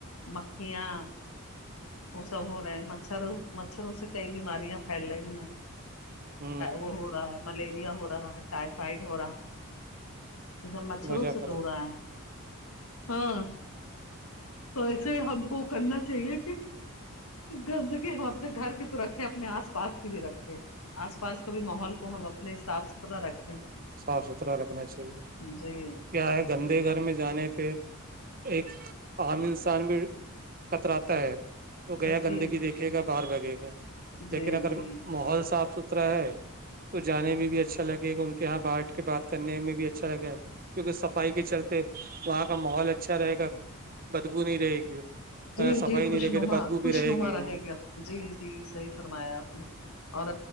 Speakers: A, on the left (about 75°); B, on the right (about 40°).
A: مکھیاں وہ سب ہو رہے ہیں مچھر مچھروں سے کئی بیماریاں پھیل رہی ہیں
B: ہ
A: وہ ہو رہا ہے ملیریا ہو رہا ہے ٹائیفائڈ ہو رہا ہے اب مچھروں
B: وجہ
A: سے
B: پر
A: تو رہا ہے ہاں تو ایسے ہم کو کرنا چاہیے کہ گندی ہم اپنے گھر کی تو رکھیں اپنے آس پاس کی بھی رکھیں آس پاس کا بھی ماحول کو ہم اپنے صاف ستھرا رکھیں
B: صاف ستھرا رکھنا چاہیے
A: جی
B: کیا ہے گندے گھر میں جانے پہ ایک عام انسان بھی کتراتا ہے وہ گیا
A: جی
B: گندگی
A: جی
B: دیکھے گا باہر بھاگے گا
A: جی
B: لیکن اگر
A: جی
B: ماحول صاف ستھرا ہے تو جانے میں بھی اچھا لگے گا ان کے یہاں بانٹ کے بات کرنے میں بھی اچھا لگا کیونکہ صفائی کے چلتے وہاں کا ماحول اچھا رہے گا بدبو نہیں رہے گی
A: جی
B: صفائی
A: جی خوش
B: نہیں رہے گی
A: نما
B: تو بدبو بھی
A: خوش نما
B: گی
A: رہے
B: ہ
A: گیا جی جی صحیح فرمایا آپ نے اور